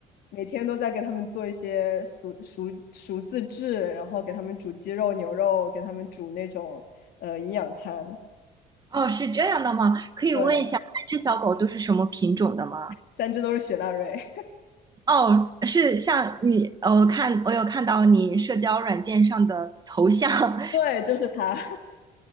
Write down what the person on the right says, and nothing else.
哦，是这样的吗？可以问一下，
三只小狗都是什么品种的吗？
哦，是像你，呃我看我有看到你社交软件上的头像，